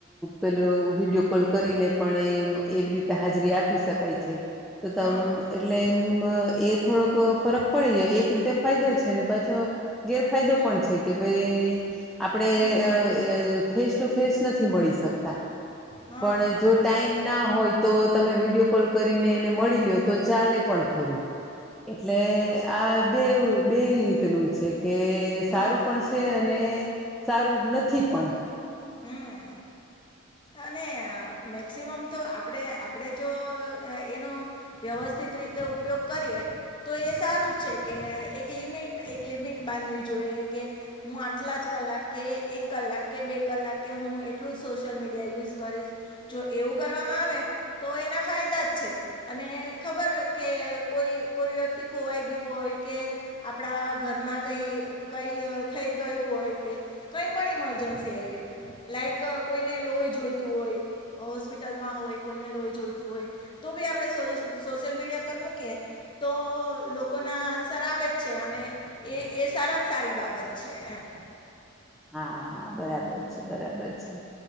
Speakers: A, in the centre; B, on the left (about 25°).
A: પેલો વિડીયો કોલ કરીને પણ એવી રીતે હાજરી આપી શકાય છે તો
B: હા
A: તમ એટલે એમ એ થોડોક ફરક પડી જાય એક રીતે ફાયદો છે ને પાછો ગેરફાયદો
B: હમ
A: પણ છે કે ભાઈ આપણે
B: હમ
A: અ અ ફેસ ટુ ફેસ નથી મળી શક શકતા
B: હા
A: પણ જો ટાઈમ ના હોય. તો તમે વિડીયો કોલ કરીને એને મળી લયો તો ચાલે પણ ખરું એટલે આ બેવ બેય રીતેનુ છે. કે સારું
B: હા
A: પણ છે. અને સારું નથી પણ.
B: હમ્મ. અને મેક્સિમમ તો આ આપણે આપણે જો એ એનો વ્યવસ્થિત રીતે ઉપયોગ કરીએ તો એ સારું છેકે. એક લિમિટ એક લિમિટ બાંધવી જોઈએ. કે હું આટલા જ કલાક કે એક કલાક કે બે કલાકે હું એટલું જ સોશિયલ મીડિયા યુઝ કરીશ. જો એવું કરવામાં આવે તો એના ફાયદ દાજ છે. અને ખબર કે કોઈ કોઈ વ્યક્તિ ખોવાઈ ગયું હોય કે આપણા ઘરમાં કંઈ કંઈ થઈ ગયું હોય કે, કંઈ પણ ઈમરજન્સી આવી હોય. લાઈક અ કોઈને લોહી જોઈતું હોય. હોસ્પિટલ માં હોય કોઈને લોય જોઈતું હોય. તો બી આપડણે સોસ સોશિયલ મીડિયા પર મૂકીએ, તો લોકો ના આન્સર આવે જ છે. અને એ એ સારામાં સારી બાબત છે એમ.
A: હા હા બરાબર છે. બરાબર છે.